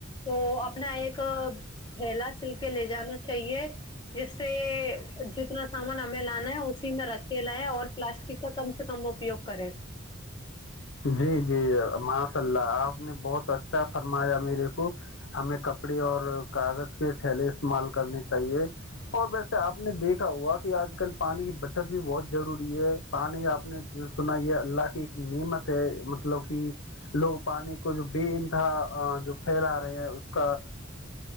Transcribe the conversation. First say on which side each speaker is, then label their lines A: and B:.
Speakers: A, on the left (about 20°); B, on the left (about 65°).
A: تو اپنا ایک ہیھیلا سل کے لے جانا چاہیے جس سے جتنا سامان ن ہم لا اسی میں رکھ اور پلاسٹک کا کم سے کم اپیوگ کرے
B: جی جی ماشاء اللہ آپ نے بہت اچھا فرمایا میرے کو ہمیں کپڑے اور کاغذ کے تھیلے استعمال کرنے چاہیے اور ویسے آپ نے دیکھا ہوا کہ آج کل پانی کی بچت بھی بہت ضروری ہے پانی آپ نے جو سنا ہے اللہ کی ایک نعمت مطلب کہ لوگ پانی کو جو بے انتہا جو پھیلا رہے ہیں اس کا